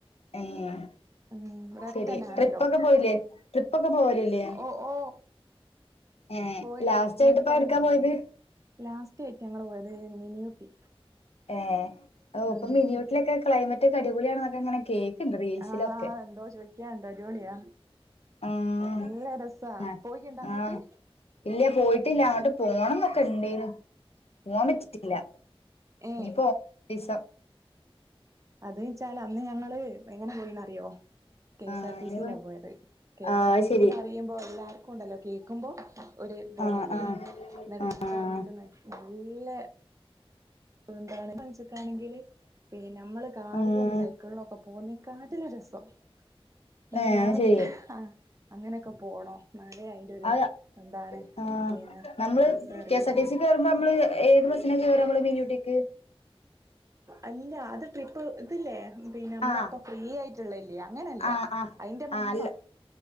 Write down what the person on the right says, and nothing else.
ഉം ഇവടെ അട്ത്തന്നാണല്ലോ
ഓ ഓ
പോയിനു
അടുത്ത
ലാസ്റ്റ് ആയിട്ട് ഞങ്ങള് പോയത്. ഉം മിനിയൂട്ടി
ഉം
ആഹ് എന്തോ ചോയിക്കാണ്ട്. അടിപൊളിയ
എല്ല രസാ
പോയിട്ടുണ്ടാ അങ്ങോട്ട്.
ഉം
അത് വച്ചാല് അന്ന് ഞങ്ങള് എങ്ങനെ പോയിന്നറിറ്യാെ കെ
എസ് ആർ ട്ടി
സിലാ
പോയത് കെ എസ്
ആർ
ടി
സി ന്നറിയുമ്പോ എല്ലാർക്കും ഇണ്ടല്ലൊ കേക്കുമ്പോ ഒരു പോലെല്ലേ
ഇന്നട്ട് ഞാൻ
പറഞ്ഞെക്കുന്ന് നല്ല ന്താണ്‌ മൻസ്ക്കാണെങ്കില് പിന്നെ നമ്മള് കാറിലും
സൈക്കിളിലും ഒക്കെ പോ പോന്നേ കാട്ടിലും രസം ഇന്നട്ട്
ഞാൻ
പറ്ഞ്ഞ്
ക്ക അങ്ങനൊക്കെ പോണോ. എന്നാലേ അയിന്റെ ഒരു
എന്താണ്
പിന്നെ
രസം അറിയൂ
അല്ല അത് ട്രിപ്പ് ഇതില്ലേ പിന്നെ നമ്മളെ
ഇപ്പ ഫ്രീ ആയിറ്റ്ള്ളെല്ലേ അങ്ങനല്ല.
അയിന്റെ മുമ്പാ